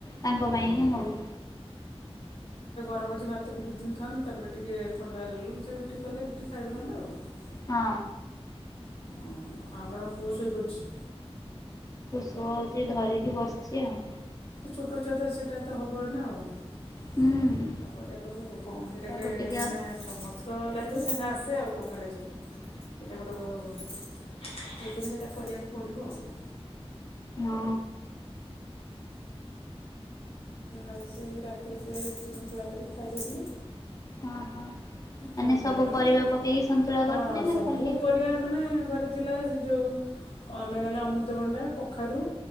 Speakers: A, on the left (about 35°); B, on the left (about 65°).
A: ତାଙ୍କ
B: ହଁ
A: ପାଇଁ ହିଁ
B: ହଁ।
A: ହବ
B: ବ ମଞଜି ଭାତ ବିିକ ଖାଆନ୍ତୁ ତାପରେ ଟିକେ ଥଣ୍ଡା ହେ ସେବୁ ଟିକେ କଲେ ରୁଟି ଖାଇବେ ନେଲେ ଆଉ <unintelligible>
A: ହଁ
B: ହଁ ଆଉ ଆପଣଙ୍କ ପୁଅ ଶୋଇ ପଡିଛି।
A: ସେ ଆଉ ଧରିକି ବସିଛି ଆଉ
B: ଛୋଟ ଛୁଆତ, ସେଟା ତ ହବ ଏଇନା ଆଉ ଆଉ
A: ହୁଁ
B: ପ ପ ଆଉ କଣ ସେଇଟା
A: ତାକୁ
B: ଗୋଟେ
A: ଟିକେ
B: ମାନେ
A: ହଁ
B: ସମସ୍ତଙ୍କ ଲାଇଫ୍ ରେ ସେମିତି ଆସେ ଆଉ କଂଗ୍ରେଜ ସେତେ ଗୋଟେ <unintelligible> ଠିକନି ସେଇଟା କରିବାକୁ ପଡ଼ିବ ଆଉ <unintelligible>
A: ହଁ
B: ଆଜି ସେ ରାତିରେ ସେ ରୁଟି ସନ୍ତୁଳା କରି କି ଖାଇଦେଇଥିଲୁ।
A: ହଁ ହଁ
B: ସନ୍ତୁଳା
A: ସବୁ
B: ମାନେ
A: ପରିବା ପକେଇକି ସନ୍ତୁଳା
B: ହଁ
A: କରିଥିଲେ ନା
B: ସବୁ
A: ଖାଲି
B: ପରିବା ମାନେ ଘରେ ଥିଲା ସେ ଯୋଉ ଅ ମାନେ <unintelligible> ଅମୃତଭଣ୍ଡା, କଖାରୁ,